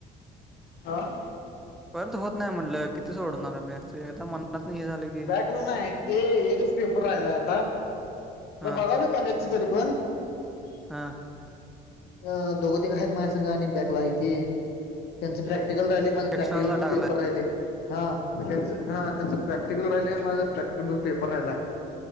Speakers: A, on the left; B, in the centre.
A: हां
B: परत होत नाही म्हटलं किती सोडणार आहे बॅक एकदा मनातन हे झालं की
A: बॅकला नाय आहेत ते एकच पेपर राहिला आता तर
B: हा
A: बघाल कॉलेजच तरी पण.
B: हां
A: अ दोघं तीघ आहेत माझ्या संग आणि बॅकला तेे त्यांचे प्रॅक्टिकल राहिले. माझ प्रॅक्टिकल
B: एक्स्टर्नल ला टाकलाय
A: पेपर राहिले. हा म त्यांच हा त्यांचं प्रॅक्टिकल राहिले माझा प्रॅक्टिकल पेपर राहिलाय.